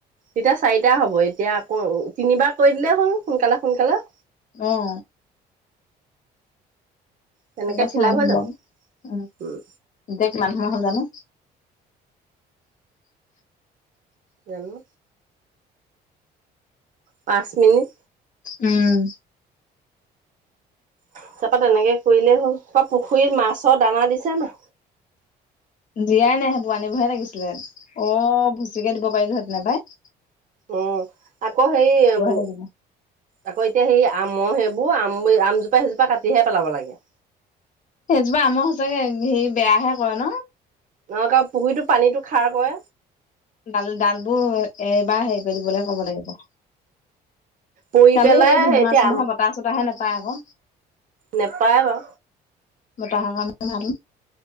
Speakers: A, on the right; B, on the left.
A: তেতিয়া চাৰিটা হ'ব এতিয়া আকৌ তিনিবাৰ কৈ দিলে হ'ল সোনকালে সোনকালে
B: আহ
A: তেনেকে
B: এব
A: ফিল
B: চাওঁ
A: আপ হৈ যাব
B: বাৰ উম এতিয়া
A: উম
B: কিমান সময় হ'ল জানো।
A: জনো পাঁচ মিনিট
B: উম
A: ত তাপা তেনেকে কৰিলেই হ'ল ত পুখুৰীত মাছৰ দানা দিছে না
B: জীয়াই নাই সেইবোৰ আন বহে লাগিছিলে অ ভুচিকে দিব পাৰিলোহেতে নাপাই।
A: উম আকৌ সেই উ
B: লাগিব।
A: আকৌ এতিয়া সেই আমৰ সে এইবোৰ আম আমজোপা সেইজোপা কাটিহে পেলাব লাগে।
B: সেইজোপা আমাক সচাকে হে বেয়াহে কৰে ন
A: নহ পুহুৰটো পানীতটো খাৰ ক
B: ডাল ডাল বোৰ এইবাৰ হেৰি কৰি দিবলৈ কব লাগিব।
A: পৰি
B: খালি
A: পেলাই
B: সেই ধুমুহা
A: এতিয়া
B: চুমুহা বতাহ চতাহে নোপায় আকৌ
A: নোপায় বাৰু
B: মটাহ কাৰ <unintelligible> ভাল